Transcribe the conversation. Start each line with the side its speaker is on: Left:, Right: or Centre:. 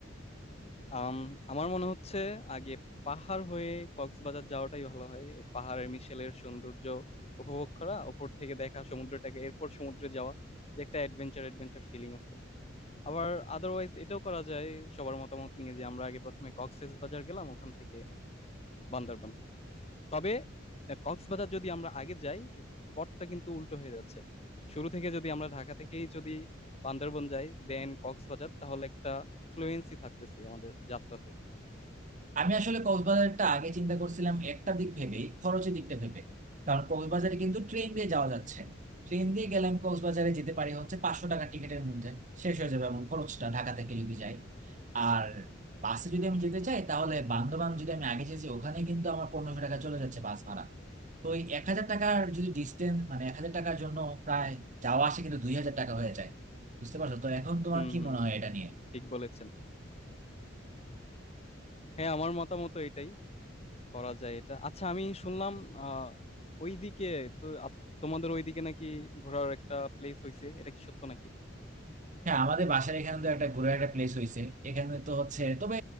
Left: আম, আমার মনে হচ্ছে আগে পাহাড় হয়ে কক্সবাজার যাওয়াটাই ভালো হয় এই পাহাড়ের মিশেলের সৌন্দর্য উপভোগ করা ওপর থেকে দেখা সমুদ্রটাকে এরপর সমুদ্রে যাওয়া যে একটা অ্যাডভেঞ্চার অ্যাডভেঞ্চার ফিলিং আছে আবার আদারওয়াইজ এটাও করা যায় সবার মতামত নিয়ে যে আমরা আগে প্রথমে কক্সবাজার গেলাম ওখান থেকে বান্দরবান তবে আহ, কক্সবাজার যদি আমরা আগে যাই পথটা কিন্তু উল্টো হয়ে যাচ্ছে শুরু থেকে যদি আমরা ঢাকা থেকেই যদি বান্দরবন যাই দেন কক্সবাজার তাহলে একটা ফ্লুয়েন্সি থাকতেছে আমাদের যাত্রাতে
Right: আমি আসলে কক্সবাজারটা আগে চিন্তা করছিলাম একটা দিক ভেবেই খরচের দিকটা ভেবে কারণ কক্সবাজারে কিন্তু ট্রেন দিয়ে যাওয়া যাচ্ছে ট্রেন দিয়ে গেলে আমি কক্সবাজারে যেতে পারি হচ্ছে পাঁচশো টাকা টিকিটের মধ্যে শেষ হয়ে যাবে এবং খরচটা ঢাকা থেকে যদি যাই আর বাসে যদি আমি যেতে চাই তাহলে বান্দরবান যদি আমি আগে যেতে চাই, ওখানে কিন্তু আমার পনেরোশো টাকা চলে যাচ্ছে বাস ভাড়া তো ওই এক হাজার টাকার যদি ডিস্টেন্স মানে এক হাজার টাকার জন্য প্রায় যাওয়া আসে কিন্তু দুই হাজার টাকা হয়ে যায় বুঝতে পারছো তো এখন তোমার
Left: হুম
Right: কি
Left: হুম
Right: মনে হয় এটা নিয়ে
Left: ঠিক বলেছেন হ্যাঁ আমার মতামত এটাই করা যায় এটা আচ্ছা আমি শুনলাম আহ ওইদিকে তো আপ- তোমাদের ওইদিকে নাকি ঘোরার একটা প্লেস হয়েছে এটা কি সত্য নাকি
Right: হ্যাঁ আমাদের বাসার এখানে তো একটা ঘোরার একটা প্লেস হয়েছে এখানে তো হচ্ছে তবে